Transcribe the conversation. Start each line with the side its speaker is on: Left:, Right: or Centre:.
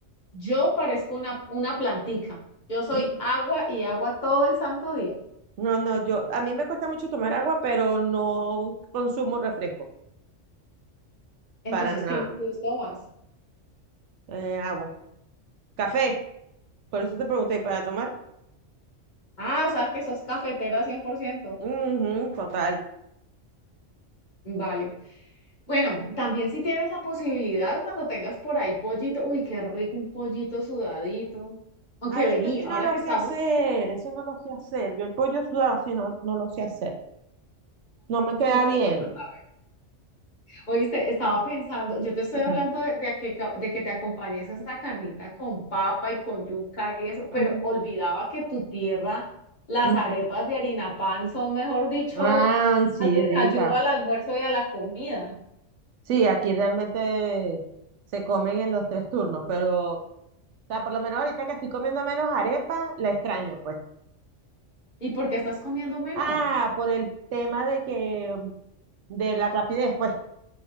Left: yo parezco una, una plantica. Yo soy
Right: Mm,
Left: agua y agua todo el santo día.
Right: No, no, yo, a mí me cuesta mucho tomar agua, pero no consumo refresco,
Left: Entonces,
Right: para nada.
Left: ¿qué líquidos tomas?
Right: Eh, agua. Café, por eso te pregunté, ¿y para tomar?
Left: Ah, o sea que sos cafetera cien por ciento,
Right: Ujú, total.
Left: Vale. Bueno, también si tienes la posibilidad, cuando tengas por ahí pollito, uy, qué rico un pollito sudadito. Aunque
Right: Ay,
Left: vení,
Right: eso sí
Left: ahora
Right: no lo
Left: que estamos,
Right: sé hacer, eso no lo sé hacer. Yo el pollo sudado sí no, no lo sé hacer. No me queda
Left: ¿cómo
Right: bien.
Left: lo vas a saber? Oíste, estaba pensando, yo te estoy
Right: Ujú,
Left: hablando de, de a que, ca- de que te acompañes a esa carnita con papa y con yuca y eso, pero
Right: ujú,
Left: olvidaba que tu tierra, las
Right: ujú.
Left: arepas de harina pan son, mejor dicho,
Right: Ah, sí,
Left: al desayuno,
Right: rica.
Left: al almuerzo y a la comida.
Right: Sí, aquí realmente se comen en los tres turnos, pero, o sea, por lo menos ahorita que estoy comiendo menos arepa, la extraño, pues.
Left: ¿Y por qué estás comiendo menos?
Right: Ah, por el tema de que, mm, de la rapidez, pues.